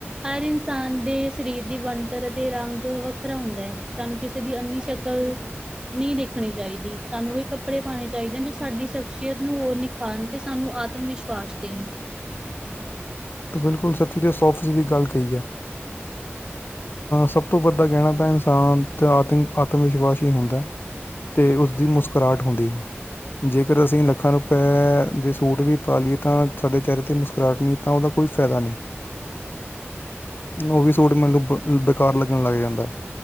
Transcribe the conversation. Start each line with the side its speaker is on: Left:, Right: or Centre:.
Right: ਹਰ ਇਨਸਾਨ ਦੇ ਸਰੀਰ ਦੀ ਬਣਤਰ ਅਤੇ ਰੰਗ ਵੱਖਰਾ ਹੁੰਦਾ ਹੈ ਤੁਹਾਨੂੰ ਕਿਸੇ ਦੀ ਇੰਨੀ ਸ਼ਕ ਲ ਨਹੀਂ ਦੇਖਣੀ ਚਾਹੀਦੀ ਸਾਨੂੰ ਹੀ ਕੱਪੜੇ ਪਾਉਣੇ ਚਾਹੀਦੇ ਜੋ ਸਾਡੀ ਸ਼ਖਸੀਅਤ ਨੂੰ ਹੋਰ ਨਿਖਾਰੇ ਖਾਣ ਤੇ ਸਾਨੂੰ ਆਤਮ ਵਿਸ਼ਵਾਸ ਦੇਣ
Left: ਤੂੰ ਬਿਲਕੁਲ ਸੱਚੀ ਸੌ ਫੀਸਦੀ ਗੱਲ ਕਹੀ ਹੈ। ਸਭ ਤੋਂ ਵੱਧਾ ਕਹਿਣਾ ਤਾਂ ਇਨਸਾਨ ਦਾ ਆਤਮ ਆਤਮ ਵਿਸ਼ਵਾਸ ਹੀ ਹੁੰਦਾ। ਤੇ ਉਸਦੀ ਮੁਸਕਰਾਹਟ ਹੁੰਦੀ ਹੈ। ਜੇਕਰ ਅਸੀਂ ਲੱਖਾਂ ਰੁਪਏ ਦੇ ਸੂਟ ਵੀ ਪਾ ਲਈਏ ਤਾਂ ਸਾਡੇ ਚਿਹਰੇ ਤੇ ਮੁਸਕਰਾਹਟ ਨਹੀਂ ਤਾਂ ਓਦਾ ਕੋਈ ਫੈਦਾ ਨੀ। ਓ ਵੀ ਸੂਟ ਮੰਨ ਲੋ ਬ ਬੇਕਾਰ ਲੱਗਣ ਲੱਗ ਜਾਂਦਾ।